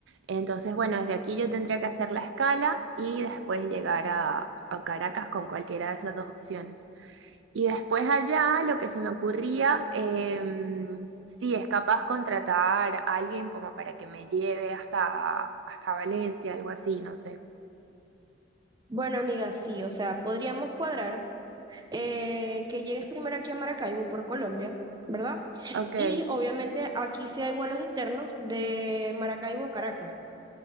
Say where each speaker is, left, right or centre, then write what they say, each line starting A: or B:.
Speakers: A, on the right; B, on the right.
A: Entonces, bueno, desde aquí yo tendría que hacer la escala y después llegar a, a Caracas con cualquiera de esas dos opciones. Y después allá lo que se me ocurría, em, sí, es capaz contratar a alguien como para que me lleve hasta, hasta Valencia, algo así, no sé.
B: Bueno, amiga, sí, o sea, podríamos cuadrar eh, que llegues primero aquí a Maracaibo por Colombia, ¿verdad?
A: Ok.
B: Y obviamente aquí sí hay vuelos internos de Maracaibo a Caracas.